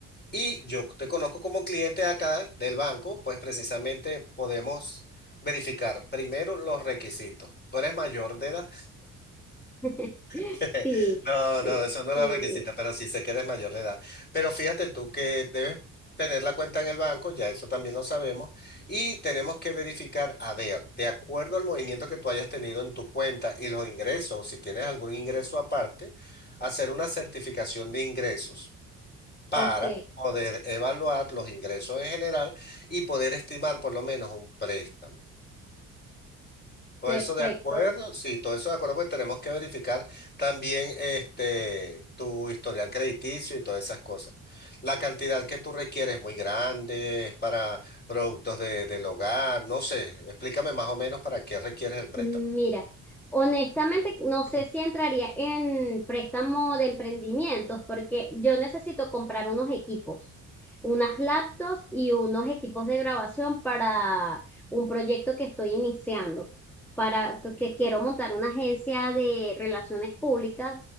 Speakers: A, on the left; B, in the centre.
A: Y yo te conozco como cliente acá del banco, pues precisamente podemos verificar primero los requisitos. ¿Tú eres mayor de edad?
B: <laughs>
A: <laughs>
B: Sí,
A: No,
B: sí,
A: no, eso no es
B: sí.
A: los requisitos, pero sí sé que eres mayor de edad. Pero fíjate tú que debes tener la cuenta en el banco, ya eso también lo sabemos, y tenemos que verificar, a ver, de acuerdo al movimiento que tú hayas tenido en tu cuenta y los ingresos, si tienes algún ingreso aparte, hacer una certificación de ingresos para
B: Ok,
A: poder evaluar los ingresos en general y poder estimar por lo menos un préstamo. Todo
B: perfecto.
A: eso de acuerdo, sí, todo eso de acuerdo, porque tenemos que verificar también este, tu historial crediticio y todas esas cosas. La cantidad que tú requieres es muy grande, es para productos de, del hogar, no sé, explícame más o menos para qué requieres el préstamo.
B: Mira, honestamente no sé
A: Ah.
B: si entraría en préstamo de emprendimientos porque yo necesito comprar unos equipos, unas laptops y unos equipos de grabación para un proyecto que estoy iniciando, para que quiero montar una agencia de relaciones públicas